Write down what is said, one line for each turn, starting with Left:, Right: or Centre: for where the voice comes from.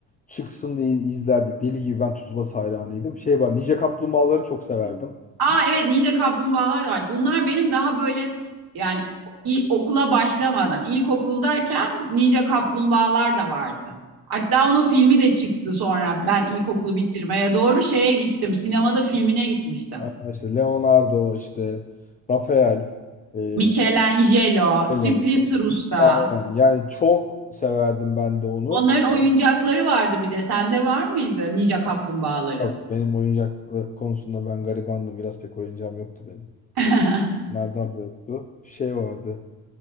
Left: çıksın diye izlerdik. Deli gibi ben Tsubasa hayranıydım. Şey var Ninja Kaplumbağaları çok severdim.
Right: Aa evet Ninja Kaplumbağalar da vardı. Bunlar benim daha böyle yani i- okula başlamadan ilkokuldayken Ninja Kaplumbağalar da vardı. Hatta onun filmi de çıktı sonra ben ilkokulu bitirmeye doğru şeye gittim. Sinemada filmine gitmiştim.
Left: Aa, İşte Leonardo, işte Rafael. E,
Right: Michelangelo,
Left: Hello.
Right: Splinter Usta.
Left: aynen. Yani çok severdim ben de onu.
Right: Onların oyuncakları vardı bir de. Sende var mıydı Ninja Kaplumbağaları?
Left: Bak benim oyuncak e, konusunda ben garibandım. Biraz pek oyuncağım yoktu benim.
Right: <laughs>
Left: Nereden de yoktu. Şey vardı.